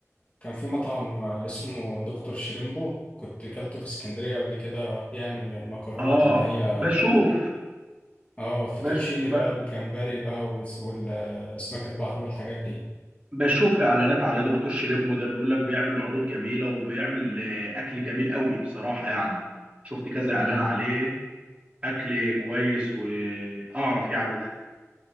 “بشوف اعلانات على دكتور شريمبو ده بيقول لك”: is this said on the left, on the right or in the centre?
Right